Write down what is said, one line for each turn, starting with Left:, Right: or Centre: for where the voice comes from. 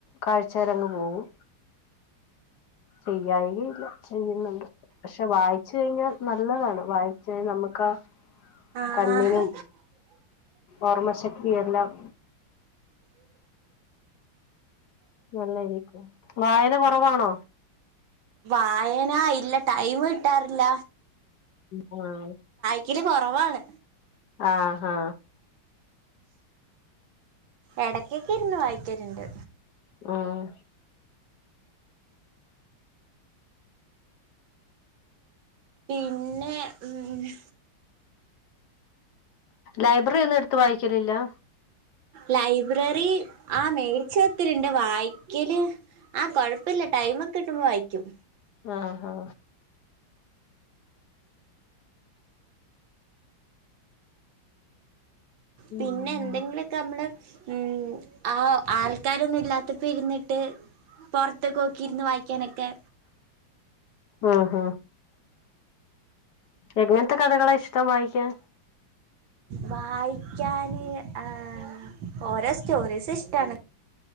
Left: കാഴ്ച്ചേലങ്ങ് പോവും ചെയ്യായികയില്ല ചെയ്യുന്നുണ്ട് പക്ഷെ വായിച്ച് കഴിഞ്ഞാൽ നല്ലതാണ് വായിച്ചാൽ നമുക്ക്
Right: ആഹ്
Left: കണ്ണിനും ഓർമ്മ ശക്തി എല്ലാം നല്ലയിരിക്കും വായന കൊറവാണോ
Right: വായന ഇല്ല ടൈമ് കിട്ടാറില്ല
Left: ആ
Right: ക്കല് കൊറവാണ്
Left: ആഹ് ഹാ
Right: എടക്കൊക്കെ ഇര്ന്ന് വായിക്കര്ണ്ട്.
Left: ആഹ്
Right: പിന്നെ. ഉമ്
Left: ലൈബ്രറി ഒന്നും എടുത്ത് വായിക്കലില്ലാ?
Right: ലൈബ്രറി ആ മേടിച്ച ഒത്തിരിണ്ട്. വായിക്കല് ആ കൊഴപ്പില്ല. ടൈമൊക്കെ കിട്ടുമ്പോ വായിക്കും.
Left: ആഹ് ഹാ ഉം
Right: പിന്നെ എന്തെങ്കിലൊക്കെ മ്മള് ഉം ആ ആൾക്കാരൊന്നും ഇല്ലാത്തപ്പോ ഇര്ന്നിട്ട് പൊറത്ത്ക്കോക്കിരിന്ന് വായിക്കാനൊക്കെ
Left: ആഹ് ഹ എങ്ങൻത്തെ കഥകളാ ഇഷ് ടം വായ്ക്കാൻ?
Right: വായിക്കാന് ഏഹ് ഓരോ സ്റ്റോറീസ് ഇഷ്ടാണ്.